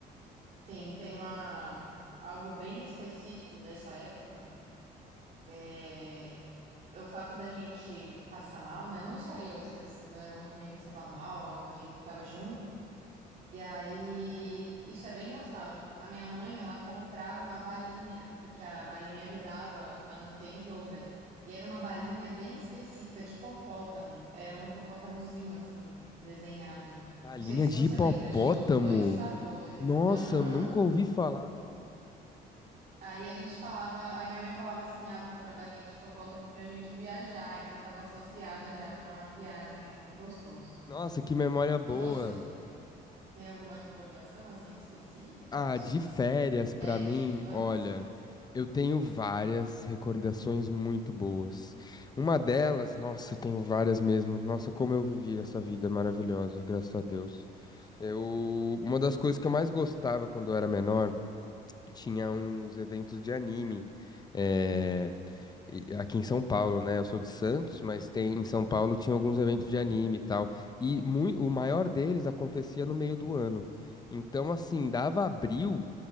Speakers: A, on the right; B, on the left.
A: Sim, tem uma algo bem específico dessa época É, é o fato da gente passar mal, né? Não só eu, às vezes meu irmão também passava mal, algum amigo que estava junto. E aí, isso é bem nostálgico. A minha mãe, ela comprava uma balinha, porque a balinha ajudava a não ter enjoo, né? E era uma balinha bem específica de hipopótamo. Era um hipopótamozinho, assim, desenhado.
B: Galinha
A: Não sei se
B: de
A: você
B: hipopótamo?
A: lembra, acho que tinham dois sabores.
B: Nossa,
A: Aham.
B: eu nunca ouvi falar.
A: Aí a gente falava, aí minha mãe falava assim, ah, vou comprar balinha de hipopótamo pra gente viajar, então eu tava associada já com a viagem, era muito gostoso.
B: Nossa, que memória boa.
A: E você, tem alguma recordação assim específica
B: Ah,
A: das
B: de
A: suas
B: férias pra
A: férias
B: mim,
A: de infância?
B: olha, eu tenho várias recordações muito boas. Uma delas, nossa, eu tenho várias mesmo. Nossa, como eu vivi essa vida maravilhosa, graças a Deus. Eu, uma das coisas que eu mais gostava quando eu era menor tinha uns eventos de anime é, e- aqui em São Paulo, né? Eu sou de Santos, mas tem em São Paulo tinha alguns eventos de anime e tal. E mui- o maior deles acontecia no meio do ano. Então, assim, dava abril,